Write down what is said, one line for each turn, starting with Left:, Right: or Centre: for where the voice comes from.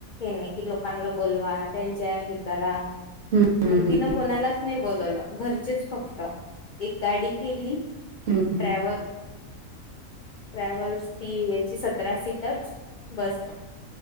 Left: नाही क लोकांना बोलवा त्यांच्या हे करा
Right: हम्म
Left: मग
Right: हम्म
Left: तिन कोणालाच नाही बो बोलवलं घरचेच फक्त एक गाडी केली
Right: हम्म
Left: ट्रॅवल
Right: हम्म
Left: ट्रॅव्हल्स ती याची सतरा सीटच बस